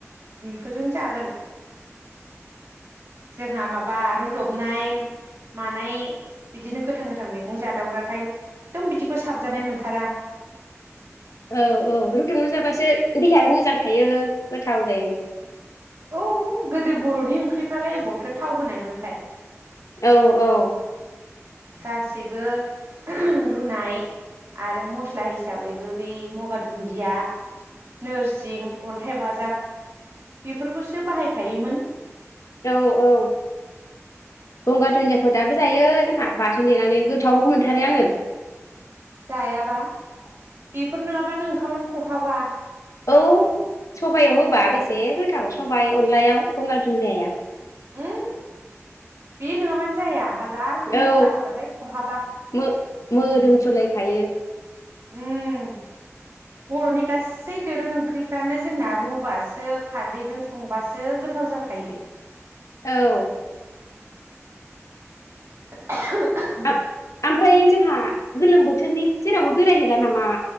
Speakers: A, on the right; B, on the left.
A: बेफोरजों जागोन जोंहा माबा रुदबनाय मानाय बिदिनो गोथां गोथां मैगं जादावग्राखाय एखदम बिदिखौ साबजानाय मोनथारा
B: औ औ रुदुबना जाबासो देहायाबो मोजां थायो गोथाव जायो
A: औ गोदो बर'नि ओंख्रिफ्रालाय ओबावथो थाव होनायमोनखाय
B: औ औ।
A: गासैबो रुनाय आरो मस्ला हिसाबैबो बै म गंगार दुन्दिया, नोर सिं, अन्थाइ बाजाब बेफोरखौसो बाहायखायोमोन।
B: औ औ गंगार दुन्दियाखौ दाबो जायो जोंहा बाथोन देनानै गोथाव मोनथारो आङो।
A: जायाबा बेफोर नङाबानो ओंखामानो खहाबा।
B: औ सबाइयाव होबा बेसे गोथाव सबाइ अनलायाव गंगार दुन्दियाया।
A: उम बे नङाबानो जाया हाजार
B: औ
A: मस्ला होबाथाय खहाबा
B: मोदोमफ्रुलायखायो।
A: उम बर'नि गासै दोरों ओंख्रिफ्रानो जोंना रुबासो खारदैजों संबासो गोथाव जाखायो।
B: औ।
A: <unintelligible>
B: आ- ओमफ्राय जोंहा गोलोम बोथोरनि जेरावबो बेरायहैला नामा